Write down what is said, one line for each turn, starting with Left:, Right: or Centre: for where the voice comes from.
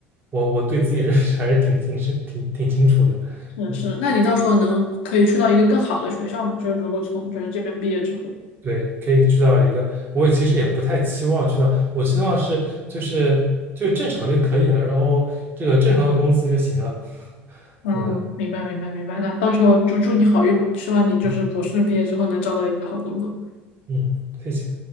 Right: 我我对自己认识还是挺挺深，挺挺清楚的。
Left: 嗯，
Right: 嗯，
Left: 是。那你到时候能可以去到一个更好的学校嘛？就是如果从就是这边毕业之后，
Right: 对，可以去到一个，我其实也不太期望去到，我希望是就是就正常就可以了，然后这个正常的工资就行了。
Left: 嗯，
Right: 嗯
Left: 明白明白明白。那到时候就祝你好运吧，希望你就是博士毕业之后能找到一个好工作。
Right: 嗯嗯，谢谢。